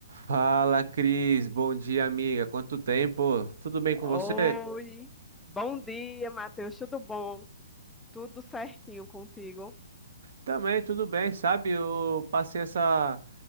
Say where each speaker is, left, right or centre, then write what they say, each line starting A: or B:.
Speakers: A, on the right (about 65°); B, in the centre.
A: Fala, Cris. Bom dia, amiga. Quanto tempo? Tudo bem com
B: Oi,
A: você?
B: bom dia, Matheus, tudo bom? Tudo certinho contigo?
A: Também, tudo bem, sabe? Eu passei essa,